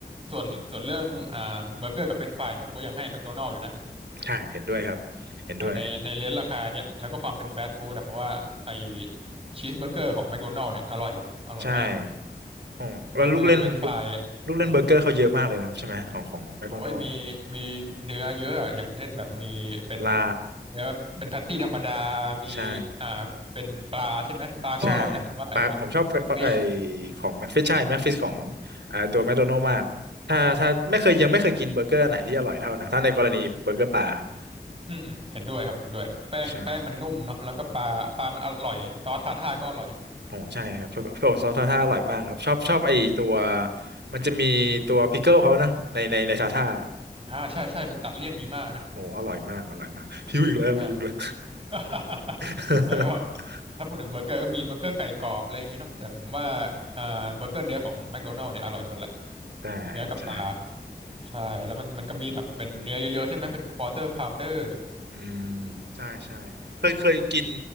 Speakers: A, on the right; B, on the right.
A: ส่วนส่วนเรื่องอ่าเบอร์เกอร์กับเฟรนช์ฟรายเนี่ยผมก็ยังให้แม d โดนัล s อยู่นะ
B: ใช่เห็นด้วยครับเห็นด้วย
A: อ่าในในเลนราคาเนี่ยแล้วก็ความเป็นฟาสต์ฟู้ดอะเพราะว่าไอชีสเบอร์เกอร์ของแม d โดนัล s เนี่ยอร่อยอร่อยมาก
B: ใช่ อ๋อแล้วลูกเล่นลูก
A: แล้วคือเฟรนช์ฟราย
B: ลูกเล่นเบอร์เกอร์เขาเยอะมากเลยนะครับใช่ไหมของของแมคโดนัลด์
A: อืมโอ้ยมีมีเนื้อเยอะอะอย่างเช่นแบบมีเป็น
B: ลา
A: เนื้อเป็นแพตตี้ธรรมดา มี
B: ใช่
A: อ่าเป็นปลาใช่ไหมปลาก็อร่อยนะผมว่าไอ
B: ใช่ปลาผมชอบปลาไอ
A: แมกฟิช
B: ของแม็กฟิชใช่แม็กฟิชของอ่าตัวแมคโดนัลด์มากถ้าถ้าไม่เคยยังไม่เคยกินเบอร์เกอร์อันไหนที่อร่อยเท่านะถ้าในกรณีเบอร์เกอร์ปลาครับ
A: อืมอืมเห็นด้วยครับ เห็นด้วยแป้งแป้งมันนุ่มเนาะแล้วก็ปลาปลามันอร่อยซอสทาร์ทาร์ก็อร่อย
B: ใช่โอ้ใช่ครับเพื่อซอสทาท่าอร่อยมากครับชอบชอบไอตัวมันจะมีตัวพิกเกิลเขานะในในในทาท่า
A: อ่าใช่ใช่มันตัดเลี่ยนดีมากนะ
B: โอ้อร่อยมากอร่อยมากหิวอีกแล้วหิวอีกแล้ว
A: ใช่ <laughs>
B: <laughs>
A: แล้วก็ถ้าพูดถึงเบอร์เกอร์ก็มีเบอร์เกอร์ไก่กรอบอะไรอย่างนี้เนาะแต่ผมว่าอ่าเบอร์เกอร์เนื้อของแมคโดนัลด์เนี่ยอร่อยสุดละ
B: ใช่ใช่
A: เนื้อกับปลาใช่แล้วมันมันก็มีแบบเป็นเนื้อเยอะๆใช่ไหมเป็นควอเตอร์พาวเดอร์
B: อืมใช่ใช่เคยเคยกิน